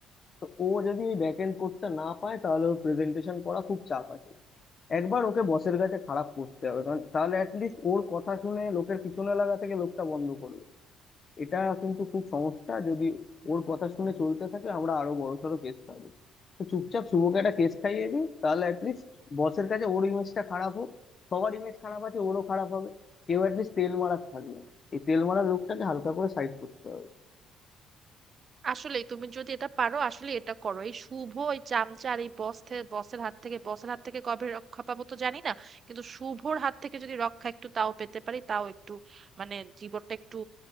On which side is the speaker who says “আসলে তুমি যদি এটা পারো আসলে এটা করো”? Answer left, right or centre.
Right